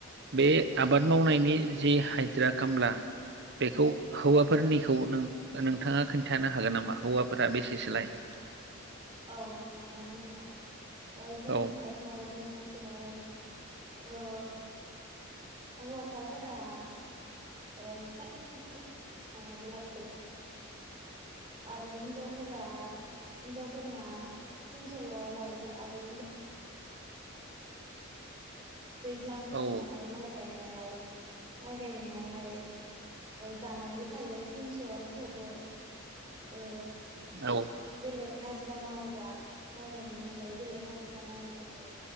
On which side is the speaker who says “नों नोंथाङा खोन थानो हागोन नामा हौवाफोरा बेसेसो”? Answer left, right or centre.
Right